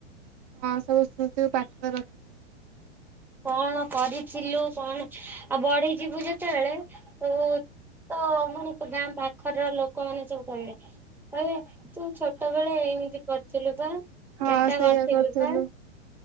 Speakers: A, on the right (about 45°); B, in the centre.
A: ହଁ ସବୁ ସ୍ମୃତିକୁ ପାଠରେ ରଖିଥାଅ।
B: କଣ କରିଥିଲୁ କଣ ଆଉ ବଢିଯିବୁ ଯେତେବେଳେ ତୁ ତ ମାନେ ଗାଁ ପାଖରର ଲୋକମାନେ ସବୁ କହିବେ ଏ ତୁ ଛୋଟ ବେଳେ ଏମିତି କରିଥିଲୁ ବା
A: ହଁ
B: ଏଟା
A: ସେଇଆ
B: କରିଥିଲୁ
A: କରୁଥିଲୁ
B: ବା।